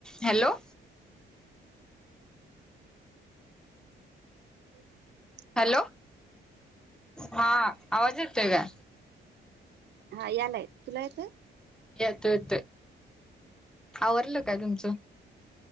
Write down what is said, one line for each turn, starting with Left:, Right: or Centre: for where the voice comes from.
Centre: Hello!
Right: <inaudible>
Centre: Hello हा आवाज येतोय का?
Right: हा यालाय, तुला येतोय?
Centre: येतोय येतोय, आवरलं का तुमचं?